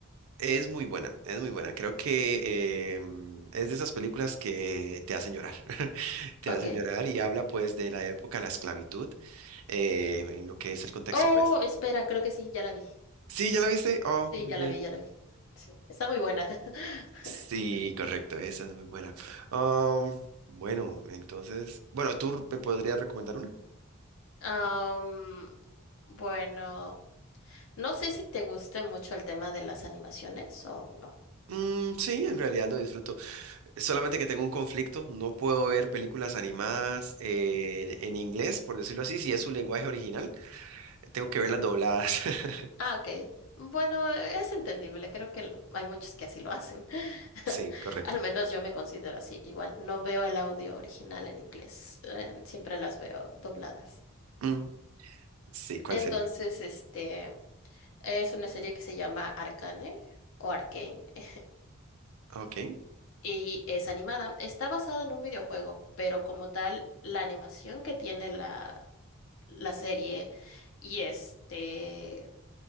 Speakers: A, on the right; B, on the left.
A: Es muy buena, es muy buena. Creo que em, es de esas películas que te hacen llorar, <laughs> te
B: Ok,
A: hacen llorar y habla pues de la época de la esclavitud, eh, en lo que es el contexto
B: oh,
A: pues.
B: espera, creo que sí, ya la vi,
A: Sí, ¿ya la viste? Oh,
B: sí,
A: muy
B: ya
A: bien.
B: la vi, ya la vi, sí, está muy buena. <laughs>
A: Sí, correcto, esa es muy buena. Am, bueno, entonces, bueno, ¿tú me podrías recomendar una?
B: Am, bueno, no sé si te guste mucho el tema de las animaciones o no.
A: Mm, sí, en realidad lo disfruto. Solamente que tengo un conflicto, no puedo ver películas animadas eh, en, en inglés, por decirlo así, si es su lenguaje original, tengo que verlas dobladas. <laughs>
B: Ah, ok. Bueno, es entendible. Creo que l- hay muchos que así lo hacen. <laughs>
A: Sí, correcto.
B: Al menos yo me considero así. Igual, no veo el audio original en inglés. eh, siempre las veo dobladas.
A: Mm, sí, ¿cuál
B: Entonces,
A: sería?
B: este es una serie que se llama Arcane o Arcane eh,
A: Ok,
B: y es animada. Está basada en un videojuego, pero como tal, la animación que tiene la, la serie y este